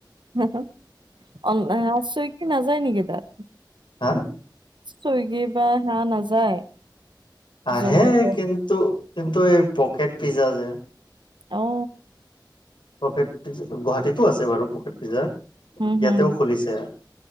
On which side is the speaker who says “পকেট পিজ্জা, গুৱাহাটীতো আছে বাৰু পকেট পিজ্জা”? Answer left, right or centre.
Left